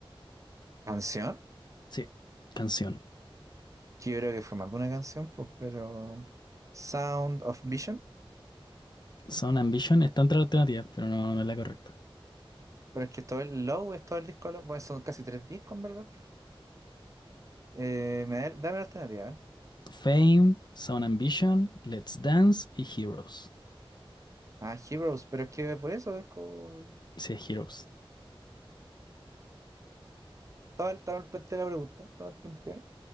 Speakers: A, on the right; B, on the left.
A: ¿Canción?
B: Sí, canción.
A: que yo creo que fue más de una canción, pues, pero Sound of Vision,
B: Son Ambition está entre las alternativas, pero no, no es la correcta.
A: pero es que todo el Low es todo el disco Low, pues son casi tres discos, en ¿verdad? Eh, me da- dame la alternativa, a ver.
B: Fame, Sound Ambition, Let's Dance y Heroes.
A: Ah, Heroes, pero es que por eso es como...
B: Sí, Heroes,
A: Estaba el, todo el planteo de la pregunta, todo el planteo.